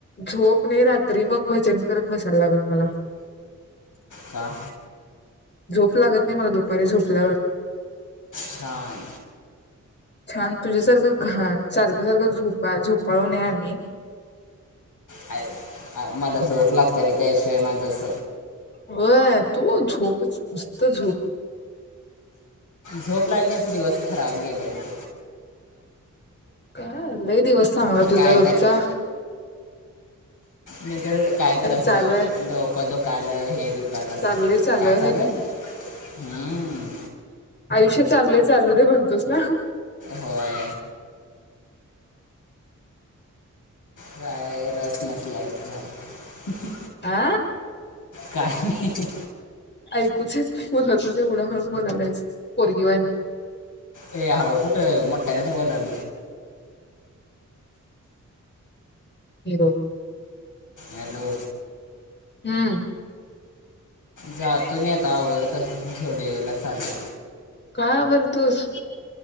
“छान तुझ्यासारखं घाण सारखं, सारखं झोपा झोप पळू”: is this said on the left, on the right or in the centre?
Left